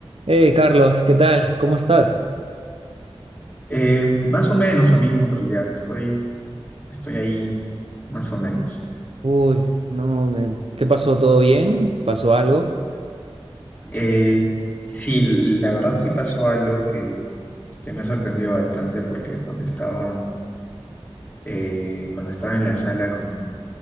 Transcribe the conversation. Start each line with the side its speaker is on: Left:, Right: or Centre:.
Right: Hey Carlos, ¿qué tal? ¿Cómo estás?
Left: Eh, más o menos, amigo, en realidad, estoy, estoy ahí, más o menos.
Right: Uy, no, me... ¿qué pasó? ¿Todo bien? ¿Pasó algo?
Left: Eh, sí, la verdad sí pasó algo que, que me ha sorprendido bastante porque cuando estaba, eh, cuando estaba en la sala con,